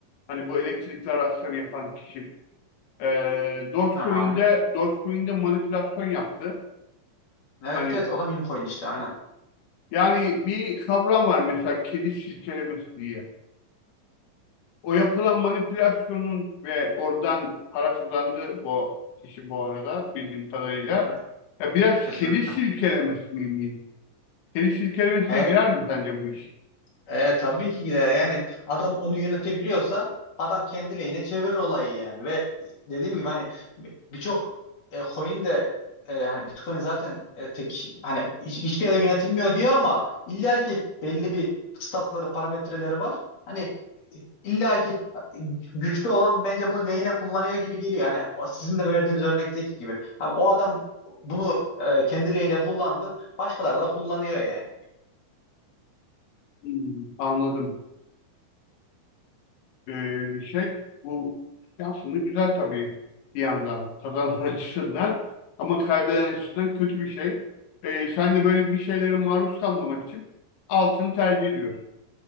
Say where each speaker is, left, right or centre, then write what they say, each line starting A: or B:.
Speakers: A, on the left; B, on the left.
A: Hani bu elektrikli araçları yapan kişi. Ee, Dogecoin'de,
B: Tamam.
A: Dogecoin'de manipülasyon yaptı.
B: Evet
A: Hani
B: evet o da meme coin işte aynen.
A: yani bir kavram var mesela kedi silkelemesi diye. O yapılan manipülasyonun ve oradan para kazandığı bu kişi bu arada bildiğim kadarıyla
B: Hı,
A: ya biraz
B: kesinlikle.
A: kedi silkelemesi miyim? Kedi silkelemesine
B: E,
A: girer mi sence bu iş?
B: E, tabii ki gider. Yani adam onu yönetebiliyorsa adam kendi lehine çevirir olayı yani. Ve dediğim gibi hani bir- birçok e, coin de e, hani Bitcoin zaten e, tek hani hiç, hiçbir yere yönetilmiyor diyor ama illa ki belli bir kıstasları, parametreleri var. Hani e, illa ki güçlü olan bence bunu lehine kullanıyor gibi geliyor. Hani o sizin de verdiğiniz örnekteki gibi. Abi, o adam bunu e, kendi lehine kullandı. Başkaları da kullanıyor yani.
A: Hmm, anladım. Ee, şey bu şey aslında güzel tabii bir yandan kazanan <laughs> açısından ama kaybeden açısından kötü bir şey. Ee, sen de böyle bir şeylere maruz kalmamak için altını tercih ediyorsun.